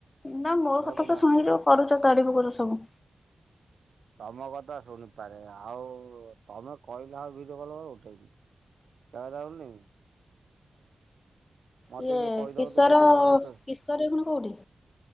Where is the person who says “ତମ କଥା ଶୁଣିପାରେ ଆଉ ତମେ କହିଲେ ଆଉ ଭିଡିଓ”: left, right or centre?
Right